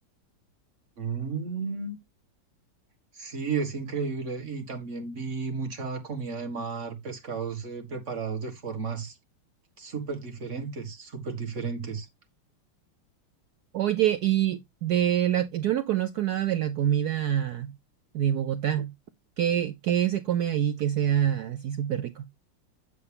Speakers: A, on the right; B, on the right.
A: Mm, Sí, es increíble. Y también vi mucha comida de mar, pescados eh, preparados de formas súper diferentes, súper diferentes.
B: Oye, y de la, yo no conozco nada de la comida de Bogotá. ¿Qué, qué se come ahí que sea así súper rico?